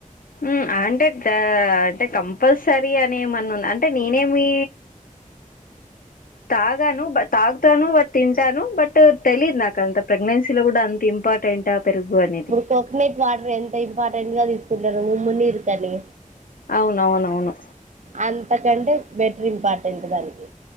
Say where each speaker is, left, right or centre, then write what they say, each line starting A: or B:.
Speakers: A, on the left; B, on the right.
A: ఉ అంటే క అంటే కం ప్పల్సరి అని ఏమన్నా ఉం అంటే నేనేమి తాగను బట్ తాగుతాను బట్ తింటాను బట్ తెలీదు నాకంత ప్రెగ్నెన్సీలో కూడా అంత ఇంపార్టెంట్ డ పెరుగు అనేది
B: కోకొనట్ వాటర్ ఎంత ఇంపార్టెంట్ గా తీసుకుంటారు ఉమ్మునీరు కనీ
A: అవునవునవును
B: అంతకంటే బెటర్ ఇంపార్టెంట్ దానికి